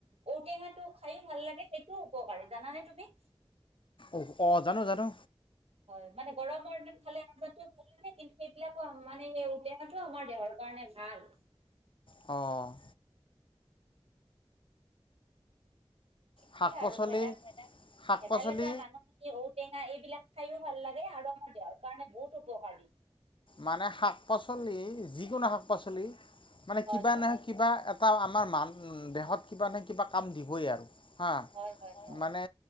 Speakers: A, on the right (about 80°); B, on the left (about 55°).
A: ঔটেঙাটো খায়ো ভাল লাগে, সেইটোও উপকাৰী জানানে তুমি?
B: অ', অ'' জানো জানো।
A: হয় মানে গৰমৰ দিন খালে আঞ্জাটো ভাল লাগে কিন্তু সেইবিলাকো মানে সেই ঔটেঙাটো আমাৰ দেহৰ কাৰণে ভাল।
B: অ'। শাক
A: সেয়ে আৰু
B: পাচলি
A: ভেদাল
B: শাক
A: ভেদাইলতা
B: পাচলি
A: মানুহ ঔটেঙা এইবিলাক খাইও ভাল লাগে আৰু আমাৰ দেহৰ কাৰণে বহুত উপকাৰী।
B: মানে শাক পাচলি যিকোনো শাক পাচলি মানে
A: হয়
B: কিবা
A: হয়
B: নহয় কিবা এটা আমাৰ মান, দেহত কিবা নহয় কিবা কাম দিবই আৰু। হা
A: হয় হয় হয়
B: মানে,